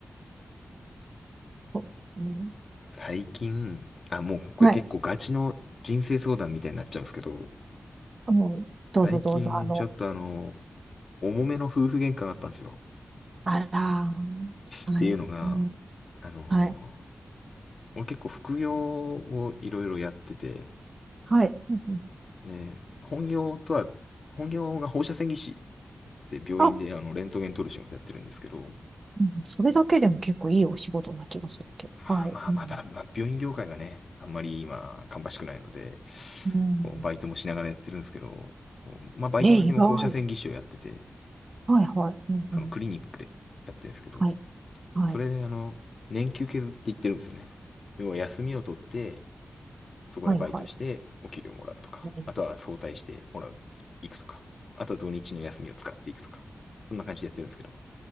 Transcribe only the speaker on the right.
そうですね。
はい。もう、どうぞどうぞ、
あの、
あらー、
はい。うん、
はい。
はい。うんうん
あ、うんそれだけでも結構いいお仕事な気がするけど。
はい。うん、
うん。
えー、意外。はいはい。うんうん
はい。はい。
はいはい。えー、